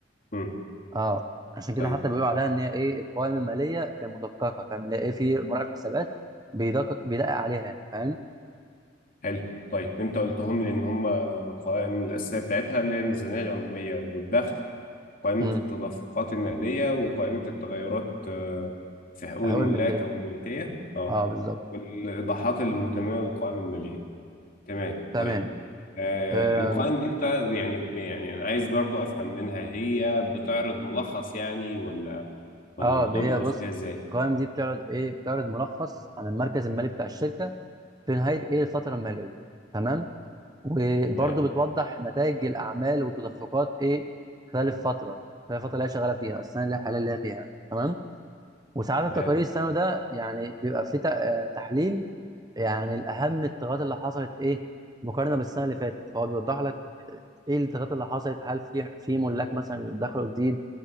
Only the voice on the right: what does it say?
اه عشان كده
حتى بيقولوا عليها ان هي ايه القوائم الماليه المدققه فاهم اللي هي ايه في مراقب حسابات بيدقق بيدقق عليها يعني فاهم
امم
حقوق
الملكيه
اه بالظبط
تمام
آم،
اه
هي
بص
القوائم دي بتعرض ايه بتعرض ملخص عن المركز المالي بتاع الشركه في نهايه ايه الفتره الماليه تمام وبرضه
بتوضح نتائج الاعمال وتدفقات ايه خلال الفتره خلال الفتره اللي هي شغاله فيها السنه اللي هي حاليا اللي هي فيها يعني تمام وساعات
التقارير السنوي ده يعني بيبقى فيه تق- آه، تحليل يعني الاهم التغيرات اللي حصلت ايه مقارنه بالسنه اللي فاتت فهو بيوضح لك ايه التغيرات اللي حصلت هل في في ملاك مثلا دخلوا جديد